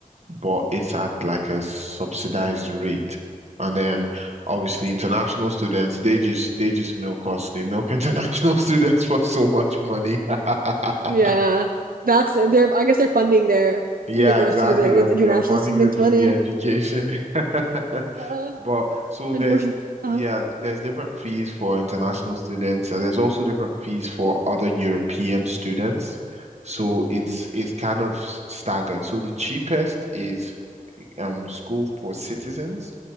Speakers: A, on the right; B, on the right.
A: but it's at like a subsidized rate. And then obviously international students, they just they just milk us. They milk international <laughs> students for so much money. <laughs>
B: Yeah, that's they're I guess they're funding their
A: Yeah,
B: universities
A: exactly.
B: with,
A: You're
B: with international
A: you're funding
B: students'
A: the
B: money.
A: free education. <laughs>
B: Yeah,
A: But so
B: unfortunately.
A: there's
B: Uh,
A: yeah, there's different fees for international students, and there's also different fees for other European students. So it's
B: hmm.
A: it's kind of s- staggered. So the cheapest is um school for citizens,